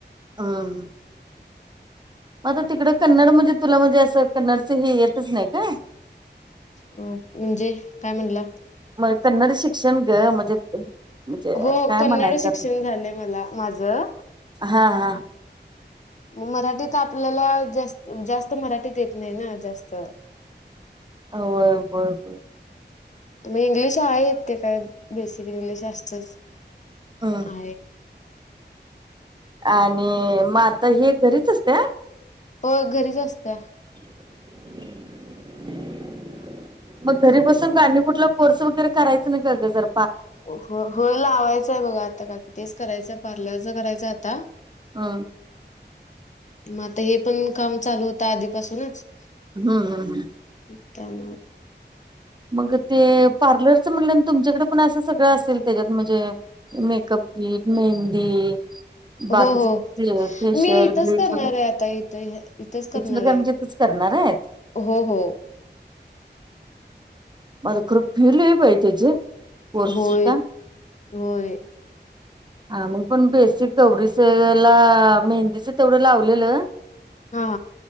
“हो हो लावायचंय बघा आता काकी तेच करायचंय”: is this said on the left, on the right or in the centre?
Left